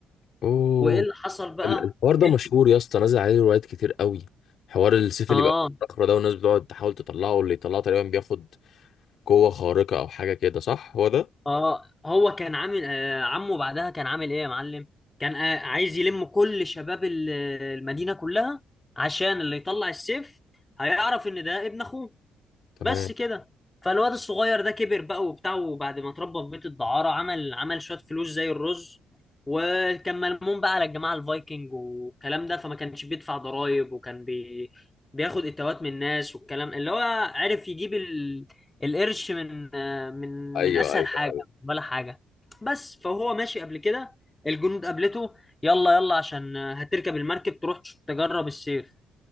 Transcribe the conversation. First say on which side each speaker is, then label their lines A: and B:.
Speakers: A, on the left; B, on the left.
A: اوه
B: وايه اللي حصل بقى
A: ال- الحوار ده
B: إن-
A: مشهور يا اسطى نازل عليه روايات كتير قوي حوار السيف
B: اه
A: اللي بيبقى في الصخره ده والناس بتقعد تحاول تطلعه واللي يطلعه تقريبا بياخد قوه خارقه او حاجه كده صح هو ده
B: اه هو كان عامل آه عمه بعدها كان عامل ايه يا معلم كان آه عايز يلم كل شباب ال- المدينة كلها عشان اللي يطلع السيف هيعرف ان ده ابن اخوه
A: تمام
B: بس كده فالواد الصغير ده كبر بقى وبتاع وبعد ما اتربى في بيت الدعارة عمل عمل شوية فلوس زي الرز وكان ملموم بقى على الجماعة الفايكنج والكلام ده فما كانش بيدفع ضرائب وكان بي... بياخد اتوات من الناس والكلام اللي هو عرف يجيب ال... القرش من من
A: ايوه
B: من اسهل
A: ايوه
B: حاجة ولا حاجة بس فهو ماشي قبل كده الجنود قابلته يلا يلا عشان هتركب المركب تروح تجرب السيف